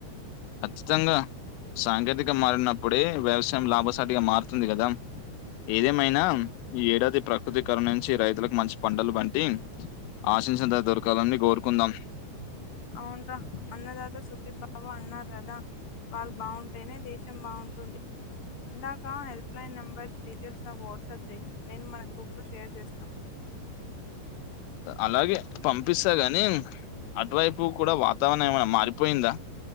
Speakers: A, on the left (about 85°); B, on the left (about 65°).
A: ఖచ్చితంగా సాంకేతిక మారినప్పుడే వ్యవసాయం లాభసాటిగా మారుతుంది కదా ఏదేమైనా ఈ ఏడాది ప్రకృతి కరునించి రైతులకు మంచి పంటలు బండి ఆశించినంత దొరకాలని కోరుకుందాం
B: అవునురా అన్నదాత సుఖీబవా అన్నరు కదా వాళ్ళు బాగుంటేనే దేశం బాగుంటుంది ఇందాక హెల్ప్లైన్ నెంబర్స్ డీటెయిల్స్ నాకు వాట్సాప్ చెయి నేను మన గ్రూప్లో షేర్ చేస్తాను
A: అలాగే పంపిస్తా గాని అటువైపు ప్పు కూడా వాతావరణం ఏమనా మారిపోయిందా